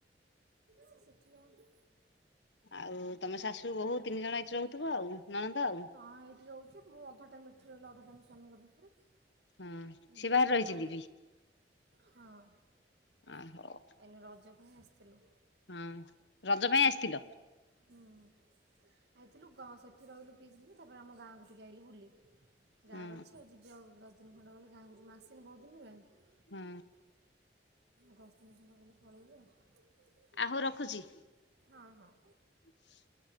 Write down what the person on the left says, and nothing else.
ଆଉ ତମେ ଶାଶୁ, ବୋହୁ ତିନି ଜଣ ଏଇଠି ରହୁଥୁବ ଆଉ ନଣନ୍ଦ ଆଉ।
ହୁ
ସିଏ ବାହାରେ
ରହିଚିନ୍ତି କି?
ଅ ହଉ
ହଁ ରଜ ପାଇଁ ଆସିଥିଲ।
ହୁଁ
ହୁଁ।
ଆ ହଉ ରଖୁଚି।
ହଁ <inaudible>